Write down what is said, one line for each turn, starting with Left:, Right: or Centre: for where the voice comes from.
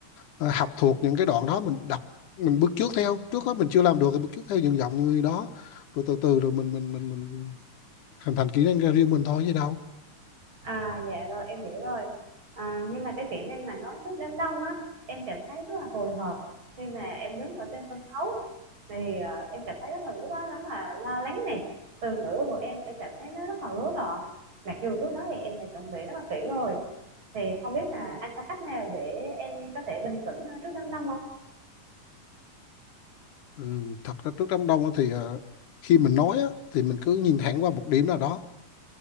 Left: ờ, học thuộc những cái đoạn đó mình đọc mình bước trước theo trước hết mình chưa làm được thì bước trước theo những giọng người đó rồi từ từ rồi mình mình mình mình hình thành kỹ năng ra riêng mình thôi chứ đâu
Right: à dạ rồi em hiểu rồi à, nhưng mà cái kỹ năng mà nói trước đám đông á em cảm thấy rất là hồi hộp khi mà em đứng ở trên sân khấu thì ờ, em cảm thấy rất là lúc đó rất là lo lắng nè từ ngữ của em em cảm thấy nó rất là rối loạn mặc dù trước đó thì em đã chuẩn bị rất là kỹ rồi Thì không biết là anh có cách nào để em có thể bình tĩnh trước đám đông không?
Left: Ừm, thật ra trước đám đông á thì ờ, khi mình nói á, thì mình cứ nhìn thẳng qua một điểm nào đó